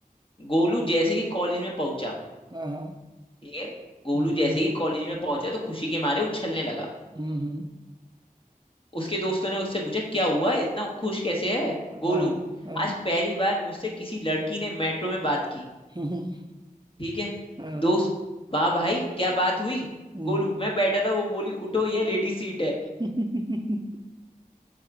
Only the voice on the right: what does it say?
हाँ हाँ
हम्म
हम्म हम्म,
हाँ
हाँ हाँ,
हम्म, हम्म,
हाँ,
हम्म,
<laughs>